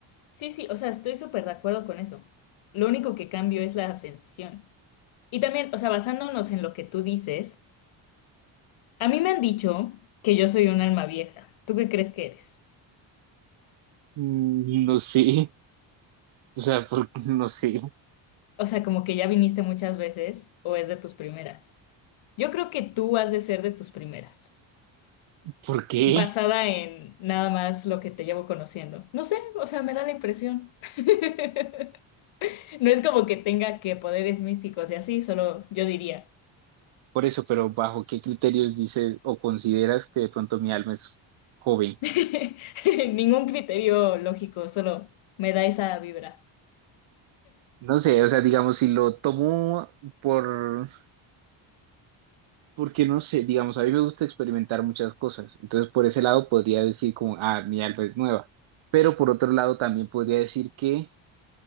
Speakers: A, on the left; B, on the right.
A: Sí, sí, o sea, estoy súper de acuerdo con eso. Lo único que cambio es la ascensión. Y también, o sea, basándonos en lo que tú dices, a mí me han dicho que yo soy un alma vieja. ¿Tú qué crees que eres?
B: Mm, No sé, o sea, por- <laughs> no sé
A: O sea, como que ya viniste muchas veces o es de tus primeras. Yo creo que tú has de ser de tus primeras.
B: por qué,
A: basada en nada más lo que te llevo conociendo. No sé, o sea, me da la impresión. <laughs> No es como que tenga que poderes místicos y así, solo yo diría.
B: por eso, pero bajo qué criterios dices o consideras que de pronto mi alma es joven.
A: <laughs> Ningún criterio lógico, solo me da esa vibra.
B: No sé, o sea, digamos, si lo tomo por, Porque no sé, digamos, a mí me gusta experimentar muchas cosas, entonces por ese lado podría decir como, ah, mi alma es nueva, pero por otro lado también podría decir que